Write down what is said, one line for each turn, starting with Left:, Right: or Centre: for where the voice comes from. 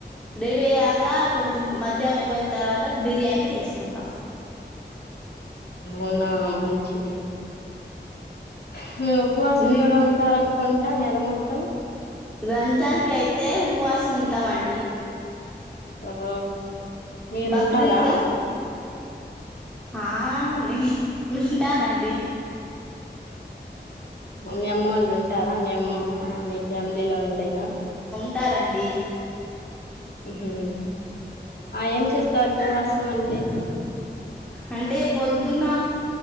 Centre: రేడే ఆ ఇకా కొంచెం మద్యం అయిపోయిన తర్వాత బిర్యానీ చేసుకుంటాం
Left: ఉనా మంచిది స ఉపవాసం
Centre: మీ
Left: కూడా ఉంటారని కొంట నెల మొత్తం
Centre: రంజాన్ కైతే ఉపవాస ఉంటా మండి
Left: ఆహ మీరుంటారా
Centre: బక్రీద్ కి ఆ నే వింటానండి
Left: మీ అమ్మ వాళ్ళు ఉంటారా మీ అమ్మ మీ ఫ్యామిలీలో ఎవరైనా
Centre: ఉంటారంండి
Left: హ ఆ ఏం చేస్తారు ఉవాసం అంటే
Centre: అంటే పొద్దున